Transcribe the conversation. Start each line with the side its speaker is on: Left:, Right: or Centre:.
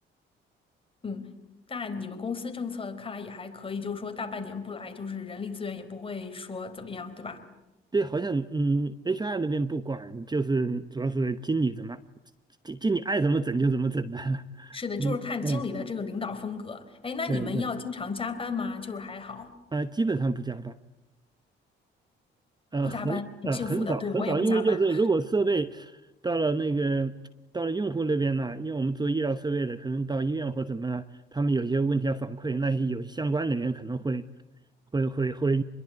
Left: 嗯。那你们公司政策看来也还可以，就是说大半年不来，就是人力资源也不会说怎么样，对吧？
Right: 对，好像嗯，HR 那边不管，就是主要是经理怎么，经经理爱怎么整就怎么整的，<laughs>
Left: 是的，
Right: 嗯嗯，
Left: 就是看经理的这个领导风格。哎，那你们要经常加班吗？
Right: 对对，
Left: 就是还好。
Right: 呃，基本上不加班。呃，
Left: 不加班，
Right: 很呃很少很少，
Left: 挺幸福的。对，我也不加班。
Right: 因为就是如果设备到了那个到了用户那边呢，因为我们做医疗设备的，可能到医院或怎么，他们有些问题要反馈，那些有相关人员可能会会会会